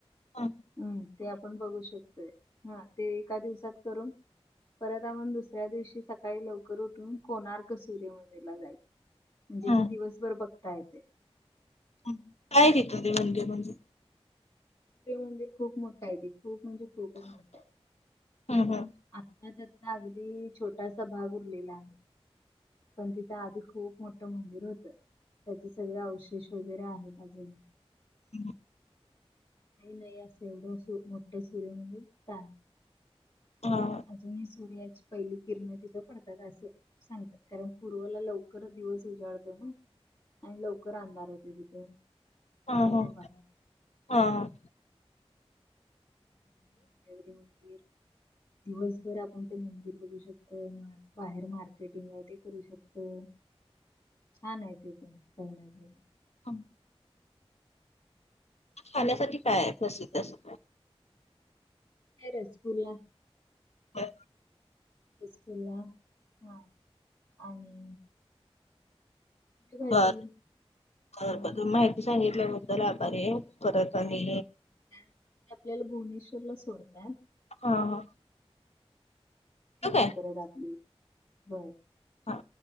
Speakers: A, on the left; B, on the left.
A: हा
B: हम्म, ते आपण बघू शकतोय. हा, ते एका दिवसात करून परत आपण दुसऱ्या दिवशी सकाळी लवकर उठून कोणार्क सूर्य मंदिरला जाय म्हणजे
A: हा
B: ते दिवसभर बघता येते.
A: हम्म, हम्म. काय आहे तिथं ते मंदिर म्हणजे?
B: ते मंदिर खूप मोठाय. ते खूप म्हणजे खूपच मोठाय.
A: ह ह
B: आत् अन् त्यातला अगदी, छोटासा भाग उरलेला आहे. पण तिथं आधी खूप मोठं मंदिर होतं. त्याचे सगळे अवशेष वगैरे आहेत अजून.
A: हम्.
B: काई नाई असं, एवढं असं मोठ सूर्य मंदिर त आहे
A: हा.
B: अजूनही सूर्याची पहिली किरण तिथं पडतात, असे सांगतात. कारण पूर्वला लवकर दिवस उजाडतो ना. आणि लवकर अंधार होते तिथे.
A: हा,
B: पूर्व
A: हा.
B: भागात.
A: हा.
B: <unintelligible> मंदिर. दिवसभर आपण ते मंदिर बघू शकतो. बाहेर मार्केटिंग आहे ते करू शक तो. छान आहे ते पण, पाहण्यासाठी.
A: हा. खाण्यासाठी काय आहे, प्रसिद्ध असं?
B: काय रसगुल्ला?
A: काय?
B: बिस्कूलला हा आणि पुरी भाजी
A: बर बर
B: हम्म.
A: बर माहिती सांगितल्याबद्दल आभारी आहे. परत आनी
B: त्यानंतर आपल्याला भुवनेश्वरला सोडत्यात.
A: हा हा.
B: हे
A: ठेवू
B: नाही
A: काय?
B: परत आपली. बर.
A: हा.